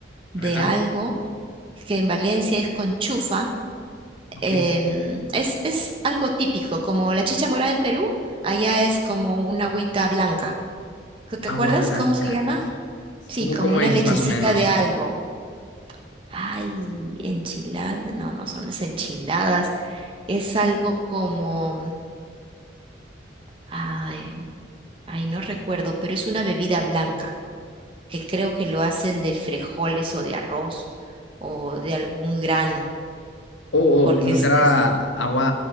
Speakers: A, on the right; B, on the left.
A: de
B: ajá,
A: algo que en Valencia es con chufa
B: ok.
A: em, es, es algo típico, como la chicha morada en Perú, allá es como una agüita blanca. ¿Qué- ¿Te
B: Agua
A: acuerdas
B: blanca.
A: cómo se llama? Sí,
B: ¿Cómo,
A: como
B: cómo
A: una
B: es
A: lechecita
B: más o menos?
A: de algo. Ay, enchiladas, no, no son las enchiladas, es algo como, ay, ay, no recuerdo, pero es una bebida blanca, que creo que lo hacen de frijoles o de arroz o de algún grano,
B: O,
A: porque
B: o, no
A: es,
B: será
A: es-
B: agua,